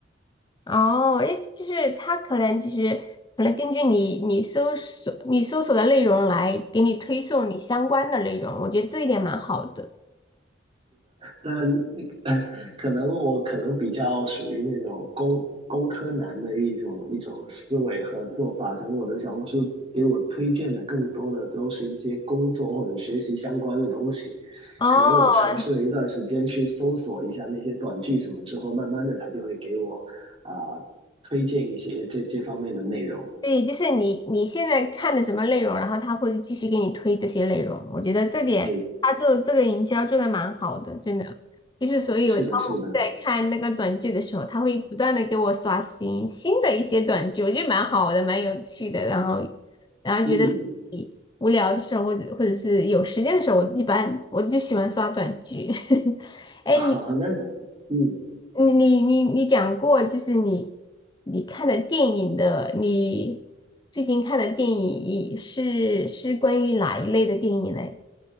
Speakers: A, on the left; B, on the right.
A: 哦，意思就是他可能就是可能根据你你搜索你搜索的内容来给你推送你相关的内容，我觉得这一点蛮好的。
B: 但呃 <laughs> 可能我可能比较属于那种工工科男的一种一种思维和做法，可能我的小红书给我推荐的更多的都是一些工作或者学习相关的东西。
A: 哦，
B: 可能我尝试了一段时间去搜索一下那些短剧什么之后，慢慢的他就会给我啊、推荐一些这这方面的内容。
A: 对，就是你你现在看的什么内容，然后他会继续给你推这些内容，我觉得这点他做这个营销做的蛮好的，
B: 哎，
A: 真的。就是所以我当我在看那个短剧的时候，
B: 是的，是的，
A: 他会不断的给我刷新新的一些短剧，我觉得蛮好的，蛮有趣的，然后。然后觉得。
B: 嗯，
A: 无聊的时候，或者或者是有时间的时候，我一般我就喜欢刷短剧。<laughs>
B: <laughs>
A: 哎，
B: 好，
A: 你
B: 那嗯。
A: 你你你你讲过，就是你你看的电影的，你最近看的电影一是是关于哪一类的电影嘞？